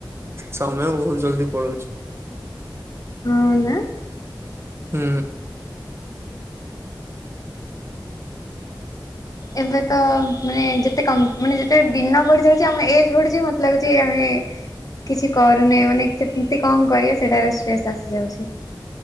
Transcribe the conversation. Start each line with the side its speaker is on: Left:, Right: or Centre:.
Right: ସମୟ ବହୁତ ଜଲଦି ପଳଉଛି।
Left: ହଁ ନା।
Right: ହୁଁ।
Left: ଏବେ ତ ମାନେ ଯେତେ କମ୍ ମାନେ ଯେତେ ଦିନ ବଢ଼ିସାରୁଛି ଆମ ଏଜ୍ ବଢ଼ିଛି ମୋତେ ଲାଗୁଛି ଆମେ କିଛି କରୁନି ମାନେ କେମତି କଣ କରିବା ସେଇଟାରେ ଷ୍ଟ୍ରେସ୍ ଆସିଯାଉଛି।